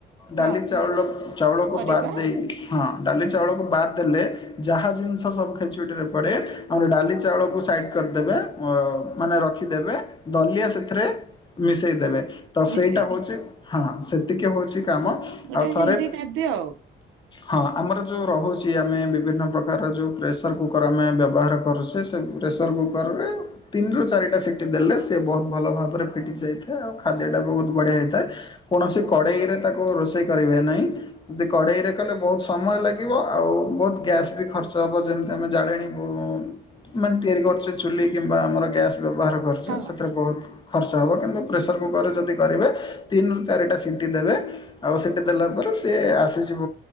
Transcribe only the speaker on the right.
ହଁ।
ପରିବା
ମିଶେଇ
ଦେ,
ଗୋଟେ
ହେଲ୍ଦି ଖାଦ୍ୟ ଆଉ
ହଁ।